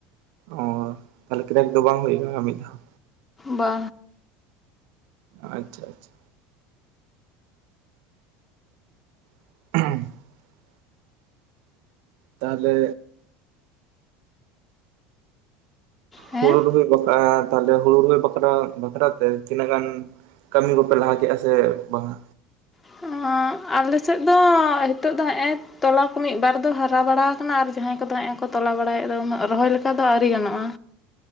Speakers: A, on the right; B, on the left.
A: ᱚ ᱛᱟᱦᱞᱮ ᱠᱨᱮᱠ ᱫᱚ ᱵᱟᱝ ᱦᱩᱭ ᱠᱟᱱᱟ ᱢᱤᱫ ᱫᱷᱟᱣ
B: ᱵᱟ
A: ᱟᱪᱪᱷᱟ ᱟᱪᱪᱷᱟ <unintelligible> ᱛᱟᱦᱞᱮ
B: ᱦᱮᱸ
A: ᱦᱩᱲᱩ ᱨᱚᱦᱚᱭ ᱵᱟᱠᱷᱨᱟ ᱛᱟᱦᱞᱮ ᱦᱩᱲᱩ ᱨᱚᱦᱚᱭ ᱵᱟᱠᱷᱨᱟ ᱵᱟᱠᱷᱨᱟᱛᱮ ᱛᱤᱱᱟᱹᱜ ᱜᱟᱱ ᱠᱟᱹᱢᱤ ᱠᱚᱯᱮ ᱞᱟᱦᱟ ᱠᱮᱜᱼᱟ ᱥᱮ ᱵᱟᱝᱟ
B: <unintelligible> ᱟᱞᱮ ᱥᱮᱫ ᱫᱚ ᱱᱤᱛᱚᱜ ᱫᱚ ᱦᱮᱜ ᱮ ᱛᱚᱞᱟ ᱠᱚ ᱢᱤᱫ ᱵᱟᱨ ᱫᱚ ᱦᱟᱨᱟ ᱵᱟᱲᱟ ᱟᱠᱟᱱᱟ ᱟᱨ ᱡᱟᱦᱟᱸᱭ ᱠᱚᱫᱚ ᱦᱮᱜ ᱛᱚᱞᱟ ᱵᱟᱲᱟᱭᱮᱫ ᱫᱚ ᱩᱱᱟᱹᱜ ᱨᱚᱦᱚᱭ ᱞᱮᱠᱟ ᱫᱚ ᱟᱹᱣᱨᱤ ᱜᱟᱱᱚᱜᱼᱟ